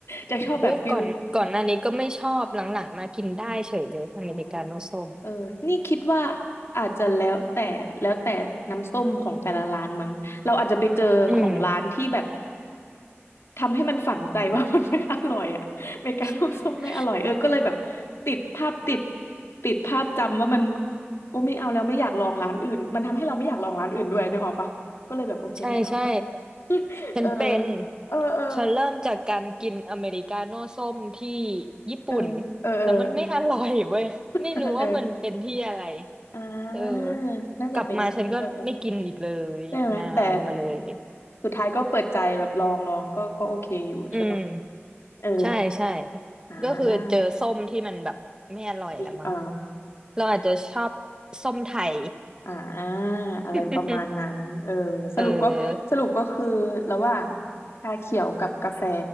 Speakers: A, on the left; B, on the right.
A: จะชอบแบบฟิล
B: อุ้ยก่อนก่อนหน้านี้ก็ไม่ชอบหลังๆมากินได้เฉยเลยอเมริกาโน่ส้ม
A: อืมอ๋อเออนี่คิดว่าอาจจะแล้วแต่แล้วแต่น้ำส้มของแต่ละร้านมั้งเราอาจจะไปเจอของร้านที่แบบ
B: อืม
A: ทำให้มันฝังใจว่า <laughs> มันไม่อร่อยอะเมกาโนส้มไม่อร่อยเออก็เลยแบบติดภาพติด
B: ใ
A: ติดภาพจำว่ามันโอ้ไม่เอาแล้วไม่อยากลองร้านอื่นมันทำให้เราไม่อยากลองร้านอื่นด้วยนึกออกปะก็เลยแบบโอเคไม่เอา
B: ช่ใช่
A: <laughs>
B: ฉันเป็น
A: เออเออเออ
B: ฉันเริ่มจากการกินอเมริกาโน่ส้มที่ญี่ปุ่น
A: เออเออ
B: แล้วมันไม่อร่อยเว้ยไม่รู้ว่ามันเป็นที่อะไร
A: เออเอออ่
B: เออ
A: าน่าจะเป็นเออเออ
B: กลับมาฉันก็ไม่กินอีกเลยนานมาเลย
A: ใช่ไหมแต่สุดท้ายก็เปิดใจแบบลองลองก็ก็โอเคอยู่ใช่ปะ
B: อืม
A: เออ
B: ใช่ใช่
A: อ่า
B: ก็คือเจอส้มที่มันแบบไม่อร่อยละมั้ง
A: ดีอ่า
B: เราอาจจะชอบส้มไทย
A: อ่าอะไรประมาณนั้นเออสรุปก็สรุปก็คือระหว่าง
B: <laughs> เออ
A: ชาเขียวกับกาแฟ